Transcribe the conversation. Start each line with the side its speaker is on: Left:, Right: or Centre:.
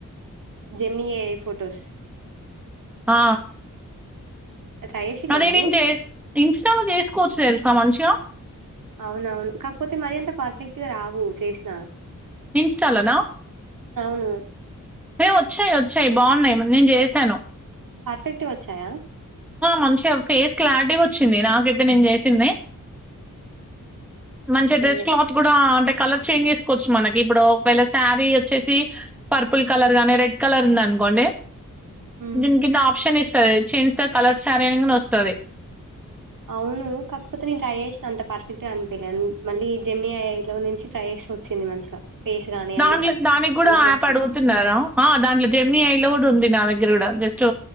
Right: జెమిని ఏఐ ఫొటోస్
Centre: ఆ
Right: ట్రై చేసిల్లా
Centre: అదే
Right: మీరు?
Centre: నేం చే ఇన్ స్టా లో చేసుకోవచ్చు తెలుసా మంచిగా
Right: అవునవును. కాకపోతే మరీ అంత పర్ఫెక్ట్‌గా రావు చేసిన
Centre: ఇన్స్టా లోనా
Right: అవును.
Centre: ఏ వచ్చాయి వచ్చాయి బాగున్నాయి నేను చేశాను
Right: పర్ఫెక్ట్ గావచ్చాయా
Centre: మంచిగా ఫేస్ క్లారిటీ వచ్చింది నాకైతే నేను చేసింది మంచి డ్రెస్
Right: ఏ
Centre: క్లాత్ కూడా ఆన్ కలర్ చేంజ్ చేసుకోవచ్చు మనకి ఇప్పుడు ఒకవేళ శారీ వచ్చేసి పర్పుల్ కలర్ గాని రెడ్ కలర్ ఉంది అనుకోండి
Right: హ్మ్.
Centre: దీనికింద ఆప్షన్ ఇ చినంత కలర్ సారీ అన్నగానే వస్తుంది
Right: అవును కాకపోతే నేను ట్రై చేసిన అంత పర్ఫెక్ట్ గా అనిపలే మళ్ళీ జెమి ఏఐ లో నుంచి ట్రై చేసి వచ్చింది మంచిగా ఫేస్ గాని
Centre: దాంట్లో
Right: అన్ని పట్
Centre: దానికి కూడా
Right: మంచిగొచ్చినయి.
Centre: యాప్ అడుగుతున్నారా దాంట్లో జమినిఐ లో కూడా ఉంది దానికి ఎర్రొడా జస్ట్